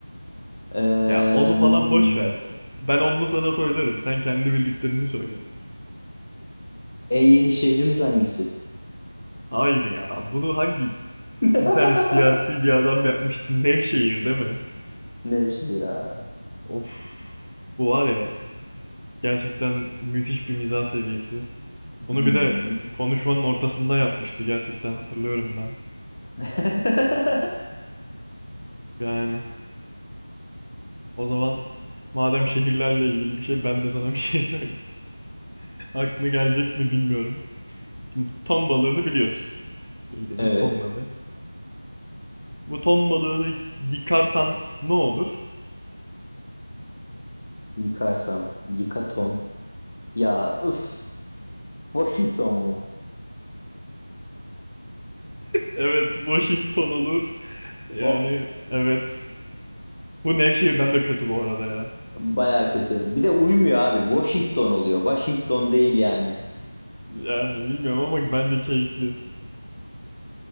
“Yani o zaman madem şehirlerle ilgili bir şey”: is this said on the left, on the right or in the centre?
Left